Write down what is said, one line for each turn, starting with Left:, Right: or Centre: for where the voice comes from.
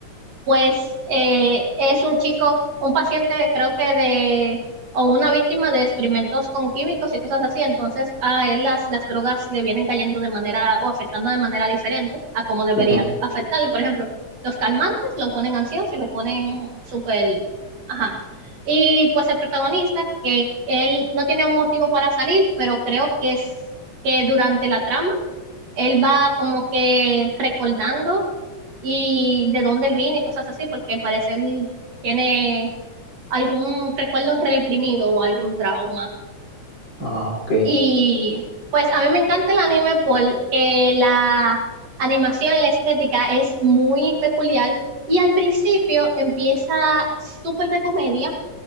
Right: pues eh, es un chico, un paciente creo que de, o una víctima de experimentos con químicos y cosas así, entonces a él las, las drogas le vienen cayendo de manera o afectando de manera diferente a como debería
Left: Ujú.
Right: afectarle. Por ejemplo, los calmantes lo ponen ansioso y lo ponen súper, ajá. Y pues el protagonista, que él no tiene un motivo para salir, pero creo que es que durante la trama, él va como que recordando y de dónde él viene y cosas así, porque al parecer tiene algún recuerdo reprimido o algún trauma.
Left: Ah, ok.
Right: Y pues a mí me encanta el anime porque la animación, la estética es muy peculiar y al principio empieza súper de comedia